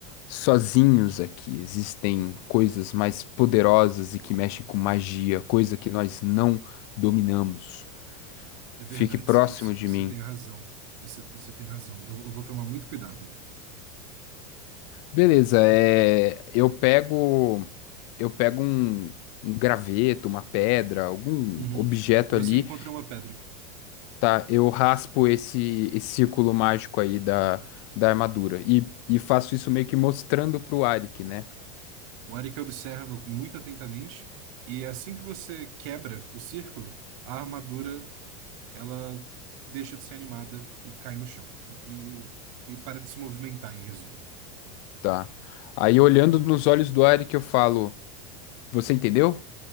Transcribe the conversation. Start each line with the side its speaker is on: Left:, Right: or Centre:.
Left: sozinhos aqui. Existem coisas mais poderosas e que mexem com magia, coisa que nós não dominamos.
Right: É verdade,
Left: Fique próximo
Right: você você-
Left: de
Right: você
Left: mim.
Right: tem razão. Você, você tem razão. Eu, eu vou tomar muito cuidado.
Left: Beleza, é, eu pego eu pego um, um graveto, uma pedra, algum
Right: Uhum.
Left: objeto
Right: Você
Left: ali,
Right: encontra uma pedra.
Left: tá? Eu raspo esse, esse círculo mágico aí da, da armadura e, e faço isso meio que mostrando pro Arik, né?
Right: O Arik observa muito atentamente e é assim que você quebra o círculo, a armadura ela deixa de ser animada e cai no chão e, e para de se movimentar, em resumo.
Left: Tá. Aí olhando nos olhos do Arik eu falo, você entendeu?